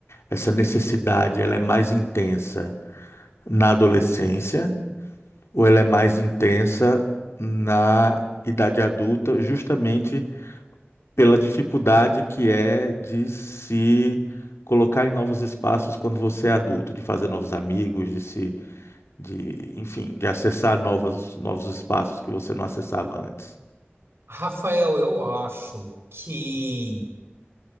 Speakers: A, on the left (about 75°); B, on the right (about 65°).
A: essa necessidade, ela é mais intensa na adolescência? ou ela é mais intensa na idade adulta, justamente pela dificuldade que é de se colocar em novos espaços quando você é adulto, de fazer novos amigos, de se, de, enfim, de acessar novos, novos espaços que você não acessava antes.
B: Rafael, eu acho que.